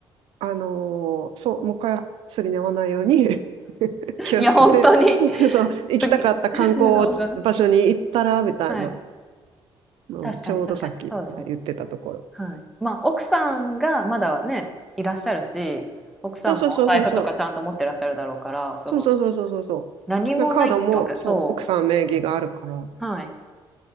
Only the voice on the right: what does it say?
あのーそう、もう一回すりに合わないように <laughs> 気をつけて、
そう、行きたかった観光場所に行ったら、
みたいな
のをちょうどさっき、
はい、言ってたところ。
そうそうそうそうそう。
そうそうそうそうそうそう。
なカードも、
そう、奥さん名義があるから